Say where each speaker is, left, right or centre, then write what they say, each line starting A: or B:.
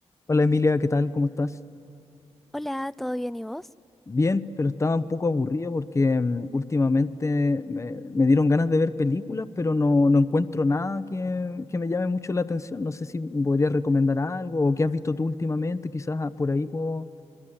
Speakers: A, on the left; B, in the centre.
A: Hola Emilia, ¿qué tal? ¿Cómo estás?
B: Hola, ¿todo bien y vos?
A: Bien, pero estaba un poco aburrido porque mm, últimamente me, me dieron ganas de ver películas, pero no, no encuentro nada que, que me llame mucho la atención. No sé si me podrías recomendar algo o qué has visto tú últimamente, quizás ah, por ahí puedo,